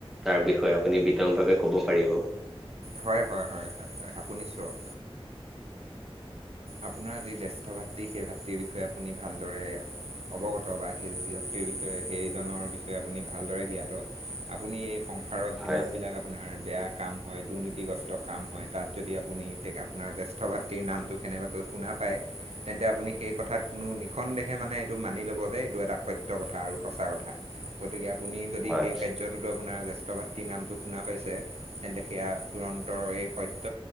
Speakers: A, in the centre; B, on the right.
A: তাৰ বিষয়ে আপোনী বিতং ভাৱে কব পাৰিব
B: হয় হয় হয় হয় হয় আপুনি চওক আপোনাৰ যি জ্যেষ্ঠভাতৃ সেই ভাতৃৰ বিষয়ে আপুনি ভালদৰে অৱগত বা তৃৰ বিষয়ে সেইজনৰ বিষয়ে আপুনি ভালদৰে জ্ঞাত আপুনি এই সংসাৰত যিমান
A: হয়
B: বিলাক আপোনাৰ বেয়া কাম হয় দুৰ্নীতি ক্ষতিগ্ৰস্ত কাম হয় তাত যদি আপোনী আপোনাৰ জ্যেষ্ঠ ভাতৃৰ নামটো কেনেবাকৈ শুনা পায় তেন্তে আপুনি সেই কথাত কোনো নিসন্দেহে মানে এইটো মানি ল'ব যে এইটো এটা সত্য কথা আৰু সঁচা কথা গতিকে আপুনি যদি
A: হয়
B: সেই কাৰ্যটোতো আপোনাৰ জ্যেষ্ঠ ভাতৃৰ নামটো শুনা পাইছে তেন্তে সেয়া চিৰন্তৰে সত্য